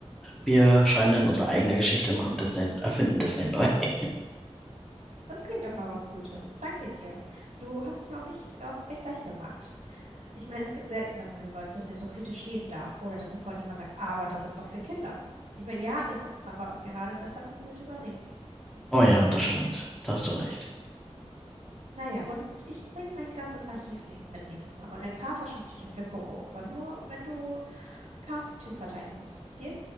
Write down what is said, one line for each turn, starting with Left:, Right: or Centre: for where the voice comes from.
Centre: Wir schreiben dann unsere eigene Geschichte, machen Disney, erfinden Disney neu. <laughs>
Right: das klingt doch nach was Gutem. Danke dir. Du hast es mir auch nicht auch echt leicht gemacht. Ich meine, es gibt selten, dass man über Disney so kritisch reden darf oder dass sofort jemand sagt, aber das ist doch für Kinder. Ich meine, ja, ist es, aber gerade deshalb müssen wir drüber reden.
Centre: Oh ja, das stimmt. Da hast du recht.
Right: Naja, und ich bringe mein ganzes Archiv ne mit nächstes Mal und ein paar Taschentücher für Coco, aber nur, wenn du Cast 2 verteidigen musst. Deal?